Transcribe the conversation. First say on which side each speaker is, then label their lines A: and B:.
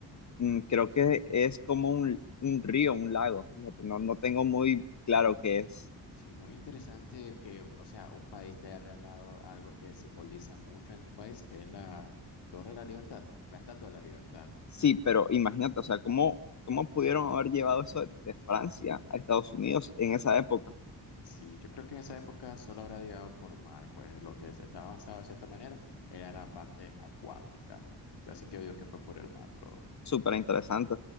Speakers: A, on the left; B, on the left.
A: Mm, Creo que es como un, un río, un lago, fíjate, no, no tengo muy claro qué es.
B: Sí, muy interesante que, o sea, un país te haya regalado algo que simboliza mucho en tu país, que es la Torre de la Libertad, la Estatua de la Libertad.
A: Sí, pero imagínate, o sea, ¿cómo, cómo pudieron haber llevado eso de Francia a Estados Unidos en esa época?
B: Sí, yo creo que en esa época solo habrá llegado por mar, pues lo que se estaba avanzado de cierta manera era la parte acuática. Así que yo digo que fue por el mar todo.
A: Súper interesante.